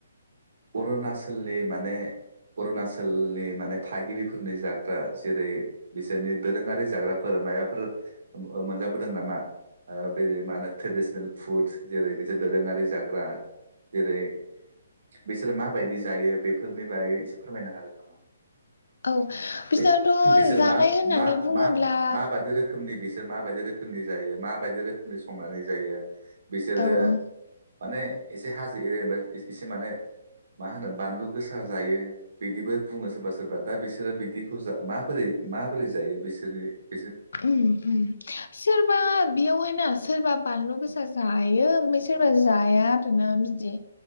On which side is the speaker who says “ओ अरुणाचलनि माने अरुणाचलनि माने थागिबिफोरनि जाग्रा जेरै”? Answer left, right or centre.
Right